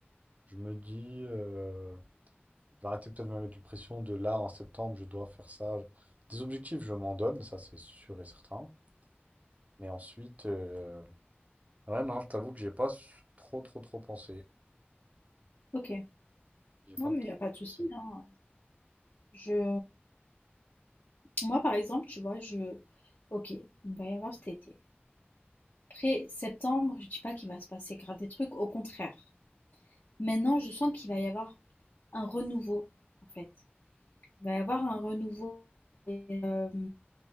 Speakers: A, on the right; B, on the left.
A: je me dis, euh, je vais arrêter peut-être de me mettre une pression de là, en septembre, je dois faire ça. Des objectifs, je m'en donne, ça c'est sûr et certain. Mais ensuite, euh, ouais, non, je t'avoue que j'ai pas su- trop, trop, trop pensé.
B: Ok,
A: J'ai pas
B: non
A: trop
B: mais y a pas de souci.
A: pensé.
B: hein. Je, moi par exemple, tu vois, je, ok, il va y avoir cet été. Après septembre, je dis pas qu'il va se passer grave des trucs, au contraire. Maintenant, je sens qu'il va y avoir un renouveau, en fait. Il va y avoir un renouveau. euh,